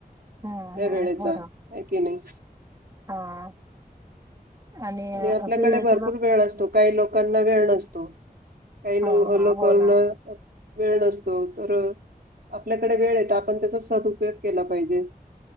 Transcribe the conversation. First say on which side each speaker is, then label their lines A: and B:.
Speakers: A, on the right (about 20°); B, on the right (about 75°).
A: हा
B: त्या
A: हा
B: वेळेचा
A: होय का,
B: आहे की नाही
A: हा. आणि
B: हो आपल्याकडे
A: वेळेच्या
B: भरपूर
A: बाब
B: वेळ असतो, काही लोक लोकांना वेळ नसतो. काही
A: हा
B: न
A: हा
B: लोकांना
A: हो ना
B: वेळ नसतो, तर आपल्याकडे वेळ येत, आपण त्याचा सदुपयोग केला पाहिजे.